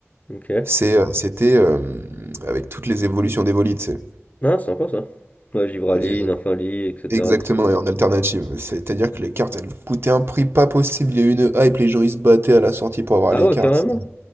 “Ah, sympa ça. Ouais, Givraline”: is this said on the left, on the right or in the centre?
Left